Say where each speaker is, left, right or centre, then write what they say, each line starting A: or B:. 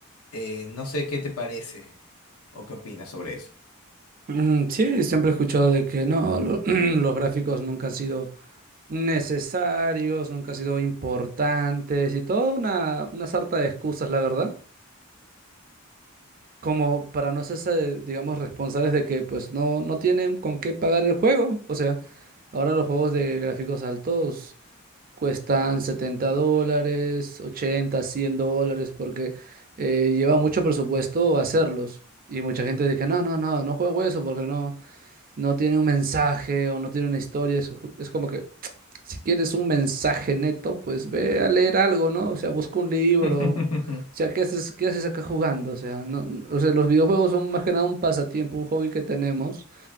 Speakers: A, on the left; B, on the right.
A: Eh, no sé qué te parece o qué opinas sobre eso.
B: Mm, Sí, siempre he escuchado de que no, lo- <clears throat> los gráficos nunca han sido necesarios, nunca han sido importantes y toda una, una sarta de excusas, la verdad, como para no ser, digamos, responsables de que pues no, no tienen con qué pagar el juego. O sea, ahora los juegos de gráficos altos cuestan 70 dólares, 80, 100 dólares, porque eh, lleva mucho presupuesto hacerlos. Y mucha gente dice, no, no, no, no juego eso porque no no tiene un mensaje o no tiene una historia. Es, ju- es como que <tsk> si quieres un mensaje neto, pues ve a leer algo, ¿no? O sea, busca un libro.
A: <laughs>
B: O sea, ¿qué haces, qué haces acá jugando? O sea, no, no- o sea, los videojuegos son más que nada un pasatiempo, un hobby que tenemos